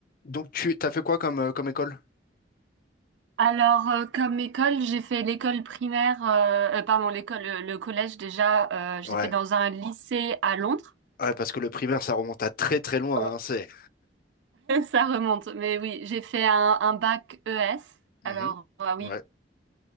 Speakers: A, on the left; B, on the right.
A: Donc tu t'as fait quoi comme, euh, comme école?
B: Alors, euh, comme école, j'ai fait l'école primaire, euh, euh, pardon, l'école, euh, le collège déjà, euh, j'ai
A: Ouais.
B: fait dans un lycée à Londres.
A: Ouais, parce que le primaire, ça remonte à très très loin,
B: <laughs>
A: hein, c'est.
B: Ça remonte, mais oui, j'ai fait un, un bac ES.
A: Mhm.
B: Alors, euh, oui,
A: Ouais.